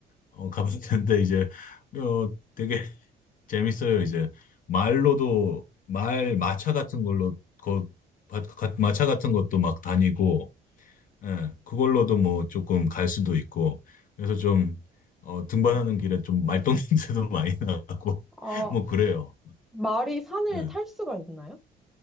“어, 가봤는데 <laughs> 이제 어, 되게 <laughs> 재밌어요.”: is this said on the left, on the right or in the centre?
Left